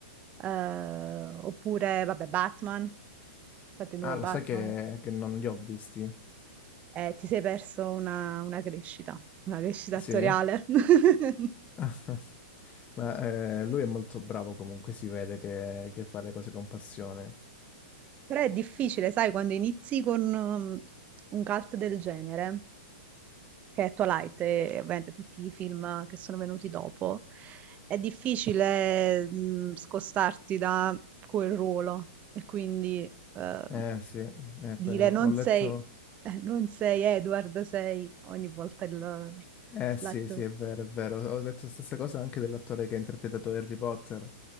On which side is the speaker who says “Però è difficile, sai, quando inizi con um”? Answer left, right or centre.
Right